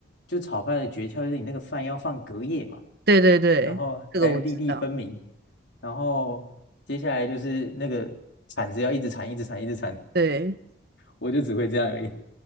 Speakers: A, on the left; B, on the right.
A: 就炒饭的诀窍就是你那个饭要放隔夜嘛，
B: 对对对，
A: 然后才粒粒分明，
B: 这个我知道。
A: 然后接下来就是那个铲子要一直铲，一直铲，一直铲，
B: 对，
A: 我就只会这样而已。